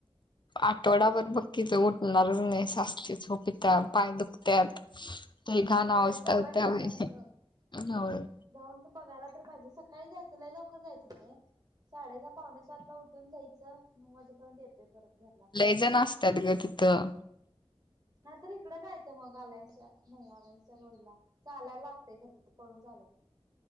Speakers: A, on the left (about 50°); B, on the right (about 40°).
A: आठवडाभर बघ की, तू उठणारच नाहीस असली झोप येत्या, पाय दुख त्यात लई घाण
B: होय
A: आवस्था
B: सवय
A: होत्या
B: नसल्यामुळं
A: बाई, होय.
B: जाऊन तर बघायला तर पाहिजे, सकाळी जायचं लई लवकर जायचं नाहीय. साडेसहा -पावणेसात ला उठून जायचं नऊ वाजेपर्यंत येतय. ते परत घरला.
A: लईजण असतात ग तिथं
B: नाही तर इकडं जायचं मग, अयनसच्या नाही अलायन्सच्या रोड ला चालायला लागतय खरं, तिथं पळून चाल